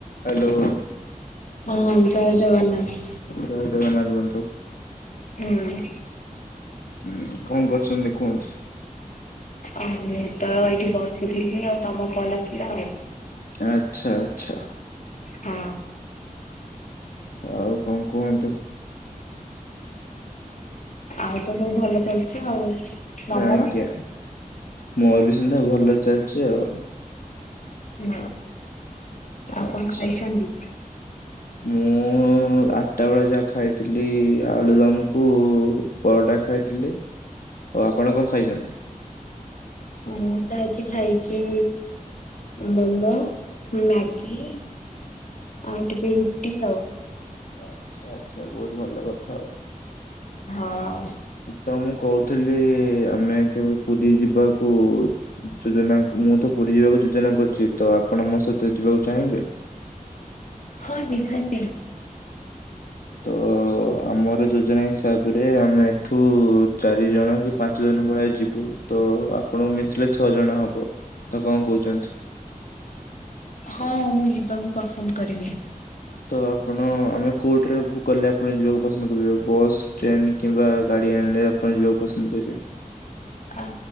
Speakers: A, on the left (about 80°); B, on the left (about 60°).
A: Hello.
B: ହଁ ଜୟ ଜଗନ୍ନାଥ।
A: ଜୟ ଜଗନ୍ନାଥ ବନ୍ଧୁ।
B: ହୁଁ।
A: ହୁଁ କଣ କରୁଛନ୍ତି କୁହନ୍ତୁ?
B: ଆଉ ମୁଁ ତ ଏଇଠି ବସିଥିଲି ଆଉ ତମ କଲ୍ ଆସିଲା ଆଉ।
A: ଆଛା ଆଛା।
B: ହଁ।
A: ଆଉ କଣ କୁହନ୍ତୁ?
B: ଆଉ ତ ସବୁ ଭଲ ଚାଲିଛି ଆଉ। ତମର?
A: ଆଜ୍ଞା, ମୋର ବି ସେମିତିଆ ଭଲ ଚାଲିଛି ଆଉ।
B: ହଁ ଆଉ
A: ଆଚ୍ଛା।
B: କଣ ଖାଇଛନ୍ତି?
A: ମୁଁ ମୁଁ ଆଟା ବେଳେ ଯାହା ଖାଇଥିଲି ଆଳୁଦମ କୁ ପରଟା ଖାଇଥିଲି। ଆଉ ଆପଣ କଣ ଖାଇଛନ୍ତି?
B: ମୁଁ ତ ଆଜି ଖାଇଛି ମୋମୋ, ମ୍ୟାଗି। ଆଉ ଟିକେ ରୁଟି ଆଉ।
A: ଆଚ୍ଛା ଆଚ୍ଛା ବହୁତ ଭଲ କଥା ଆଉ।
B: ହଁ।
A: ତ ମୁଁ କହୁଥିଲି ଆମେ କେବେ ପୁରୀ ଯିବାକୁ ଯୋଜନା ମୁଁ ତ ପୁରୀ ଯିବାକୁ ଯୋଜନା କରୁଛି, ତ ଆପଣ ମୋ ସହିତ ଯିବାକୁ ଚାହିଁବେ?
B: ହଁ ନିହାତି।
A: ତ ଆମର ଯୋଜନା ହିସାବରେ ଆମେ ଏଠୁ ଚାରି ଜଣ କି ପାଞ୍ଚ ଜଣ ଭଳିଆ ଯିବୁ। ତ ଆପଣଙ୍କୁ ମିଶିଲେ ଛଅ ଜଣ ହବ, ତ କଣ କହୁଛନ୍ତି?
B: ହଁ ମୁଁ ଯିବାକୁ ପସନ୍ଦ କରିବି।
A: ତ ଆପଣ ଆମେ କଉଠିରେ ବୁକ୍ କଲେ ଆପଣ ଯିବାକୁ ପସନ୍ଦ କରିବେ ବସ୍, ଟ୍ରେନ କିମ୍ବା ଗାଡି ଆଣିଲେ ଯିବାକୁ ପସନ୍ଦ କରିବେ?
B: ଆ